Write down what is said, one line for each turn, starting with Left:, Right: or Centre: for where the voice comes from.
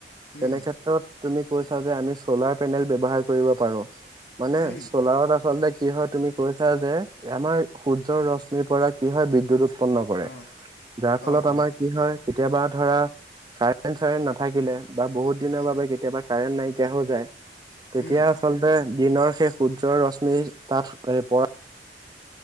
Right: তেনে
Left: উম
Right: ক্ষেত্ৰত তুমি কৈছা যে আমি চলাৰ পেনেল ব্যৱহাৰ কৰিব পাৰোঁ। মানে
Left: উম
Right: চলাৰত আচলতে কি হয় তুমি কৈছা যে আমাৰ সূৰ্যৰ ৰশ্মিৰ পৰা কি হয় বিদ্যুৎ উৎপন্ন কৰে,
Left: অ'
Right: যাৰ ফলত
Left: অ'
Right: আমাৰ
Left: অ'
Right: কি হয়। কেতিয়াবা ধৰা কাৰেণ্ট-চাৰেণ্ট নাথাকিলে বা বহুত দিনৰ
Left: উম
Right: বাবে কেতিয়াবা কাৰেণ্ট নাইকিয় তেতিয়া হৈ যায়। তেতিয়া
Left: উম
Right: আচলতে দিনৰ সেই সূৰ্যৰ ৰশ্মি তাত পৰা